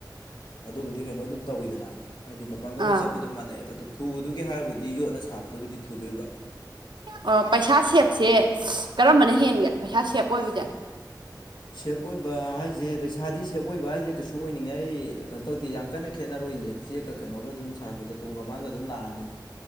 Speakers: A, on the left; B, on the right.
A: ꯑꯗꯨꯕꯨꯗꯤ ꯀꯩꯅꯣ ꯑꯗꯨꯝ ꯇꯧꯋꯤꯗꯅ ꯍꯥꯏꯗꯤ ꯃꯄꯥꯡꯒꯜꯕꯨ
B: ꯑꯥ
A: ꯆꯞ ꯑꯗꯨ ꯑꯗꯨꯝ ꯃꯥꯟꯅꯩꯑꯕ ꯑꯗꯨ ꯊꯨꯕꯗꯨꯒꯤ ꯍꯥꯏꯔꯕꯨꯗꯤ ꯌꯣꯠꯅ ꯁꯥꯕꯗꯨꯕꯨꯗꯤ ꯊꯨꯗꯣꯏꯕ
B: ꯑꯣ ꯄꯩꯁꯥ ꯁꯦꯞꯁꯦ ꯀꯔꯝꯕꯅ ꯍꯦꯟꯒꯦ ꯄꯩꯁꯥ ꯁꯦꯞ ꯑꯣꯏꯕꯁꯦ
A: ꯁꯦꯞ ꯑꯣꯏꯕ ꯍꯥꯏꯁꯦ ꯄꯩꯁꯥꯗꯤ ꯁꯦꯞ ꯑꯣꯏꯕ ꯍꯥꯏꯁꯦ ꯀꯩꯁꯨ ꯑꯣꯏꯅꯤꯡꯉꯥꯏ ꯑꯩ ꯀꯩꯅꯣ ꯇꯧꯗꯦ ꯌꯥꯝ ꯀꯟꯅ ꯈꯦꯠꯅꯔꯣꯏꯌꯦ ꯆꯦꯛꯀ ꯀꯩꯅꯣꯒ ꯑꯗꯨꯝ ꯁꯥꯔꯛꯄꯗ ꯇꯨꯡꯒ ꯃꯥꯡꯒ ꯑꯗꯨꯝ ꯂꯥꯛꯑꯅꯤ